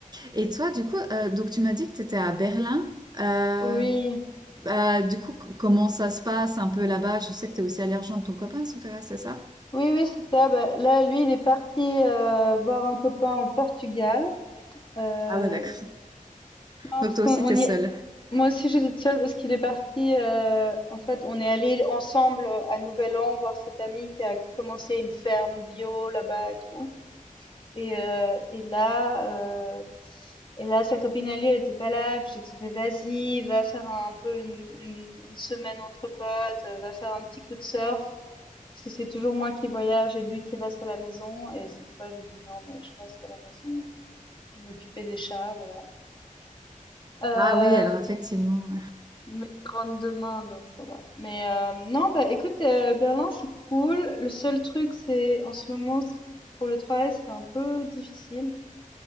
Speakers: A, on the right (about 30°); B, on the left (about 35°).
A: Et toi, du coup, euh, donc tu m'as dit que tu étais à Berlin. Euh,
B: Oui,
A: bah, du coup, c- comment ça se passe un peu là-bas? Je sais que tu es aussi allé rejoindre ton copain, Souterrain, c'est ça?
B: oui, oui, c'est ça. Bah, là, lui, il est parti euh, voir un copain au Portugal. Euh,
A: Ah ouais, d'accord.
B: Non,
A: Donc
B: parce
A: toi
B: qu'on
A: aussi,
B: on
A: tu es
B: y
A: seule.
B: est... Moi aussi, j'étais toute seule parce qu'il est parti. euh, en fait, on est allé ensemble à Nouvel An voir cet ami qui a commencé une ferme bio là-bas et tout. Et, euh, et là, euh, et là, sa copine à lui, elle était pas là. Puis j'ai dit, mais vas-y, va faire un peu une, une, une semaine entre potes, euh, va faire un petit coup de surf. Parce que c'est toujours moi qui voyage et lui qui reste à la maison. Et cette fois, j'ai dit, non, mais je reste à la maison, m'occuper des chats, voilà. Euh,
A: Ah oui, alors effectivement.
B: Mais il rentre demain, donc ça va. Mais euh, non, bah écoute, euh, Berlin, c'est cool. Le seul truc, c'est en ce moment, c- pour le travail, c'est un peu difficile.